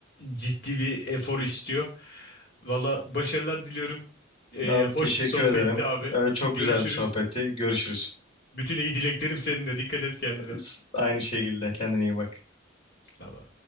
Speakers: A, on the left; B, on the left.
A: ciddi bir efor istiyor. Valla başarılar diliyorum. E,
B: Abi
A: hoş
B: teşekkür
A: bir sohbetti
B: ederim.
A: abi.
B: Abi çok
A: Görüşürüz.
B: güzel bir sohbetti. Görüşürüz.
A: Bütün iyi dileklerim seninle. Dikkat et kendine.
B: S- Aynı şekilde kendine iyi bak.
A: Tamam.